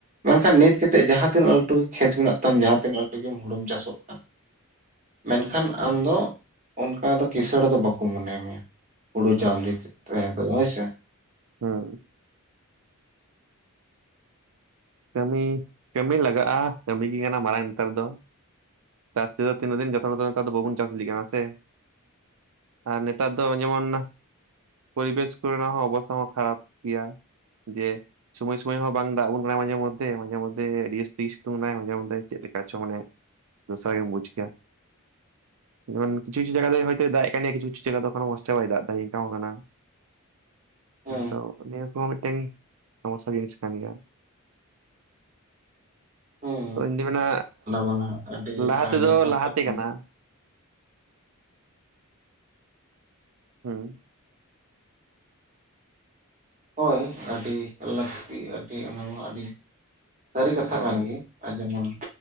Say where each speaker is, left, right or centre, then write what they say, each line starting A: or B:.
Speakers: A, on the right (about 35°); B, on the right (about 70°).
A: ᱢᱮᱱᱠᱷᱟᱱ ᱱᱤᱛ ᱠᱟᱛᱮ ᱡᱟᱦᱟᱸ ᱛᱤᱱᱟᱹᱜ ᱞᱟᱹᱴᱩ ᱜᱮ ᱠᱷᱮᱛ ᱢᱮᱱᱟᱜ ᱛᱟᱢ ᱡᱟᱦᱟᱸ ᱛᱤᱱᱟᱹᱜ ᱞᱟᱹᱴᱩ ᱜᱮ ᱪᱟᱥᱚᱜ ᱠᱟᱱ ᱢᱮᱱᱠᱷᱟᱱ ᱟᱢ ᱫᱚ ᱚᱱᱠᱟ ᱫᱚ ᱠᱤᱥᱟᱹᱲ ᱫᱚ ᱵᱟᱠᱚ ᱢᱚᱱᱮᱭ ᱢᱮᱭᱟ ᱦᱩᱲᱩ ᱪᱟᱣᱞᱤ ᱨᱮᱠᱚ ᱦᱳᱭ ᱥᱮ
B: ᱦᱩᱸ ᱠᱟᱹᱢᱤ ᱠᱟᱹᱢᱤ ᱞᱟᱜᱟᱜᱼᱟ ᱠᱟᱹᱢᱤ ᱜᱮ ᱠᱟᱱᱟ ᱢᱟᱨᱟᱝ ᱱᱮᱛᱟᱨ ᱫᱚ ᱪᱟᱥ ᱛᱮ ᱫᱚ ᱛᱤᱱᱟᱹ ᱫᱤᱱ ᱡᱚᱛᱚᱱᱚ ᱱᱮᱛᱟᱨ ᱫᱚ ᱵᱟᱵᱚᱱ ᱪᱟᱥ ᱤᱫᱤ ᱠᱟᱱᱟ ᱥᱮ ᱟᱨ ᱱᱮᱛᱟᱨ ᱫᱚ ᱡᱮᱢᱚᱱ ᱯᱚᱨᱤᱵᱮᱥ ᱠᱚᱨᱮ ᱱᱟ ᱦᱚᱸ ᱚᱵᱚᱥᱛᱷᱟ ᱦᱚᱸ ᱠᱷᱟᱨᱟᱯ ᱜᱮᱭᱟ᱾ ᱡᱮ ᱥᱚᱢᱚᱭ ᱥᱚᱢᱚᱭ ᱦᱚᱸ ᱵᱟᱝ ᱫᱟᱜ ᱵᱚᱱ ᱠᱟᱱᱟᱭ ᱱᱚᱜᱼᱚᱭ ᱡᱮᱢᱚᱱ ᱛᱮ ᱢᱟᱡᱷᱮ ᱢᱚᱫᱫᱷᱮ ᱡᱟᱹᱥᱛᱤ ᱥᱤᱛᱩᱝ ᱮᱱᱟᱭ ᱢᱟᱡᱷᱮ ᱢᱚᱫᱫᱷᱮ ᱪᱮ ᱪᱚᱝ ᱢᱟᱱᱮ ᱫᱚᱥᱟᱨ ᱜᱮᱢ ᱵᱩᱡ ᱠᱮᱭᱟ᱾ ᱡᱮᱢᱚᱱ ᱠᱤᱪᱷᱩ ᱠᱤᱪᱷᱩ ᱡᱟᱭᱜᱟ ᱫᱚ ᱦᱚᱭ ᱛᱚ ᱫᱟᱜ ᱠᱟᱱ ᱜᱮᱭᱟ ᱠᱤᱪᱷᱩ ᱠᱤᱪᱷᱩ ᱡᱟᱭᱜᱟ ᱫᱚ ᱢᱚᱥ ᱵᱟᱭ ᱫᱟᱜ ᱱᱤᱝᱠᱟᱹ ᱠᱟᱱᱟ
A: ᱦᱮᱸ
B: ᱛᱚ ᱱᱤᱭᱟᱹ ᱠᱚᱦᱚᱸ ᱢᱤᱫᱴᱮᱱ ᱥᱚᱢᱚᱥᱟ ᱡᱤᱱᱤᱥ ᱠᱟᱱ ᱜᱮᱭᱟ
A: ᱦᱮᱸ
B: ᱩᱱᱡᱚ ᱱᱟ
A: <unintelligible>
B: ᱞᱟᱦᱟ ᱛᱮᱫᱚ
A: ᱡᱚᱛᱷᱟᱛ
B: ᱞᱟᱦᱟᱛᱮ
A: ᱠᱟᱛᱷᱟ
B: ᱠᱟᱱᱟ ᱦᱩᱸ
A: ᱦᱳᱭ ᱟᱹᱰᱤ ᱞᱟᱹᱠᱛᱤ ᱟᱹᱰᱤ ᱚᱱᱟ ᱟᱹᱰᱤ ᱥᱟᱹᱨᱤ ᱠᱟᱛᱷᱟ
B: ᱦᱳᱭ
A: ᱠᱟᱱ ᱜᱮ ᱟᱨ ᱡᱮᱢᱚᱱ